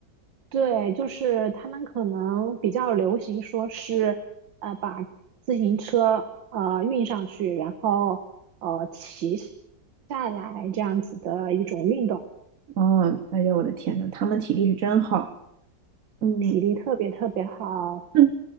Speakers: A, on the right (about 80°); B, on the right (about 55°).
A: 对，就是他们可能比较流行说是，呃，把自行车呃运上去，然后呃骑下来这样子的一种运动，
B: 哦，哎呦，我的天呐，他们体力是真好。嗯，
A: 体力特别特别好，
B: 嗯